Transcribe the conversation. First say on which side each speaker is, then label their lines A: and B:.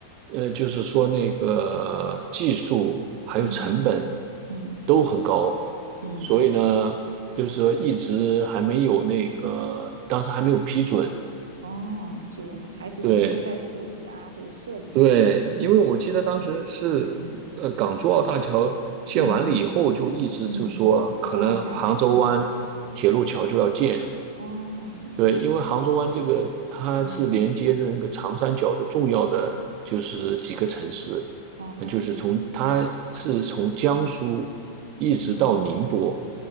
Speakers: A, on the right; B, on the right.
A: 呃，就是说那个技术还有成本
B: 嗯嗯
A: 都很高，
B: 嗯，
A: 所以呢，就是说一直还没有那个，当时还没有批准。
B: 哦，就还是停留在图纸啊或者设计上面的。
A: 对对，因为我记得当时是，
B: 嗯
A: 呃，港珠澳大桥建完了以后，
B: 嗯
A: 就一直就说可能杭州湾铁路桥就要建，
B: 嗯，哦，想做，哦，
A: 对，因为杭州湾这个它是连接着那个长三角的重要的就是几个城市，
B: 嗯，哦，
A: 那就是从它是从江苏一直到宁波，
B: 嗯，